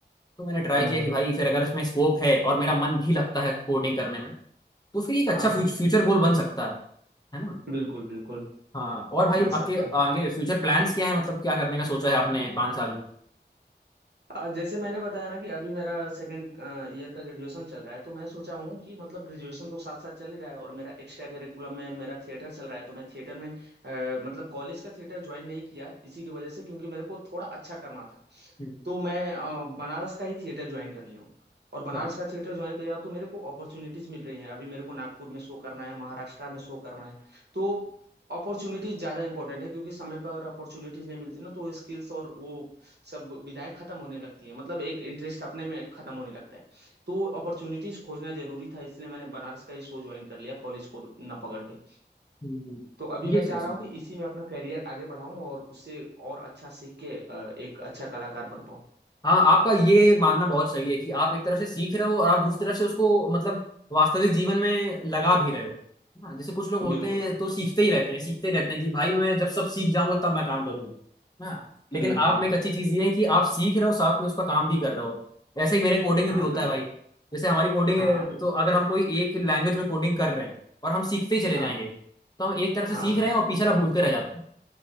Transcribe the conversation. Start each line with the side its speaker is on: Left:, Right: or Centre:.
Left: तो मैंने
Right: हाँ
Left: ट्राई किया
Right: हाँ
Left: कि भाई फिर अगर उसमें स्कोप है और मेरा मन भी लगता है कोडिंग करने में तो फिर ये एक अच्छा
Right: हाँ हाँ
Left: फ्यूचर गोल बन सकता है है ना
Right: बिल्कुल बिल्कुल
Left: हाँ और भाई
Right: बन
Left: आपके
Right: सकता है
Left: आगे फ्यूचर प्लान्स क्या है मतलब क्या करने का सोचा है आपने पाँच साल में
Right: आज जैसे मैंने बताया ना कि अभी मेरा सेकंड ईयर का ग्रेजुएशन चल रहा है तो मैं सोचा हूँ कि मतलब ग्रेजुएशन तो साथ साथ चल ही रहा है और मेरा एक्स्ट्रा करिकुलम में मेरा थिएटर चल रहा है तो मैं थिएटर में अ, मतलब कॉलेज का थिएटर ज्वाइन नहीं किया इसी की वजह से क्योंकि मेरे को थोड़ा अच्छा करना था
Left: हम्म,
Right: तो मैं अ, बनारस का ही थिएटर ज्वाइन कर लिया हूँ और बनारस
Left: हाँ
Right: का थिएटर ज्वाइन कर लिया हूँ तो मेरे को अपॉर्चुनिटीज मिल रही हैं अभी मेरे को नागपुर में शो करना है महाराष्ट्र में शो करना है तो अपॉर्चुनिटीज ज़्यादा इंपॉर्टेंट है क्योंकि समय पर अगर अपॉर्चुनिटीज नहीं मिलती ना तो स्किल्स और वो सब विधाएं खत्म होने लगती है मतलब एक इंटरेस्ट अपने में खत्म होने लगता है तो अपॉर्चुनिटीज खोजना जरूरी था इसलिए मैंने बनारस का ही शो ज्वाइन कर लिया कॉलेज को ना पकड़ के
Left: हम्म,
Right: तो अभी मैं
Left: ये सही
Right: चाह
Left: चीज
Right: रहा हूँ कि
Left: है
Right: इसी में अपना करियर आगे बढ़ाऊँ और उससे और अच्छा सीख के अ, एक अच्छा कलाकार बन पाऊँ
Left: हाँ आपका ये मानना बहुत सही है कि आप एक तरफ से सीख रहे हो और आप दूसरी तरफ से उसको मतलब वास्तविक जीवन में लगा भी रहे हो हाँ जैसे कुछ लोग होते
Right: बिल्कुल
Left: हैं तो सीखते ही रहते हैं सीखते ही रहते हैं कि भाई मैं जब सब सीख जाऊंगा तब मैं काम करूंगा हाँ लेकिन
Right: हुँ,
Left: आप
Right: हुँ।
Left: में एक अच्छी चीज ये है कि आप सीख रहे हो साथ में उसका काम भी कर रहे हो ऐसा ही मेरे कोडिंग में
Right: हाँ,
Left: भी होता
Right: बिल्कुल।
Left: है भाई जैसे हमारी कोडिंग
Right: हाँ, बिल्कुल।
Left: तो अगर हम कोई एक लैंग्वेज में कोडिंग कर रहे हैं और हम सीखते ही चले
Right: हाँ,
Left: जाएंगे
Right: हाँ।
Left: तो हम एक तरफ से
Right: हाँ,
Left: सीख
Right: हाँ।
Left: रहे हैं और पीछे वाला भूलते रह जाते हैं